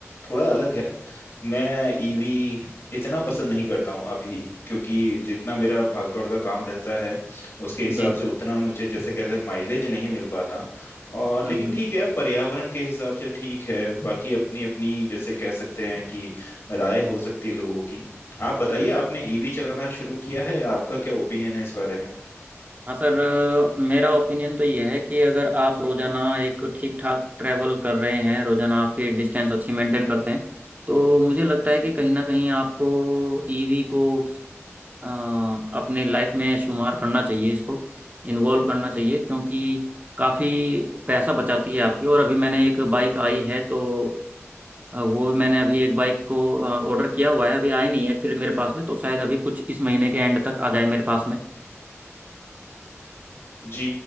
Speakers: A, on the left; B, on the right.
A: थोड़ा अलग है मैं ईवी इतना पसंद नहीं करता हूँ अभी क्योंकि जितना मेरा भागदौड़ का काम रहता है उसके हिसाब
B: जी
A: से उतना मुझे जैसे कहते हैं माइलेज नहीं मिल पाता और
B: हम्म
A: लेकिन
B: हम्म
A: ठीक है पर्यावरण के हिसाब से ठीक है बाकी अपनी अपनी जैसे कह सकते हैं कि राय हो सकती है लोगों की आप बताइए
B: हम्म।
A: आपने ईवी चलाना शुरू किया है आपका क्या ओपिनियन है इस बारे में
B: हाँ सर अ, मेरा ओपिनियन तो ये है कि अगर आप रोज़ाना एक ठीक ठाक ट्रैवल कर रहे हैं रोज़ाना आपकी डिस्टेंस अच्छी मेंटेन करते हैं तो मुझे लगता है कि कहीं ना कहीं आपको ईवी को अ, अपने लाइफ में शुमार करना चाहिए इसको इन्वॉल्व करना चाहिए क्योंकि काफ़ी पैसा बचाती है आपकी और अभी मैंने एक बाइक आई है तो अ, वो भी मैंने अभी एक बाइक को ऑर्डर किया हुआ है अभी आई नहीं है एक्चुअली मेरे पास में तो शायद अभी कुछ इस महीने के एंड तक आ जाए मेरे पास में
A: जी